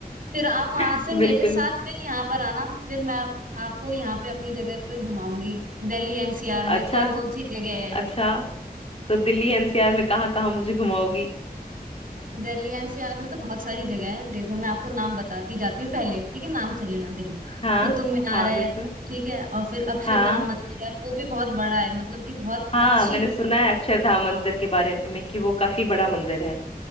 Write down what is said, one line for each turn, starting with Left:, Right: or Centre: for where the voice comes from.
Right: फिर आप वहां
Left: <laughs>
Right: से मेरे
Left: बिल्कुल
Right: साथ फिर यहाँ पर आना फिर मैं आप, आपको यहाँ पे अपनी जगह पे घुमाऊंगी दिल्ली एनसीआर
Left: अच्छा
Right: में कौन कौन सी जगह है
Left: अच्छा तो दिल्ली एनसीआर में कहाँ कहाँ मुझे घुमाओगी
Right: दिल्ली एनसीआर में तो बहुत सारी जगह है देखो मैं आपको नाम बताती जाती हूँ पहले ठीक है नाम सुन लेना देखो
Left: हाँ
Right: कुतुब मीनार
Left: हाँ
Right: है
Left: बिल्कुल
Right: ठीक है और फिर अक्षरधाम
Left: हाँ
Right: मंदिर है वो भी बहुत बड़ा है मतलब कि बहुत
Left: हाँ
Right: अच्छी
Left: मैंने
Right: चीज
Left: सुना है अक्षरधाम मंदिर
Right: हाँ
Left: के बारे में कि वो काफी बड़ा मंदिर है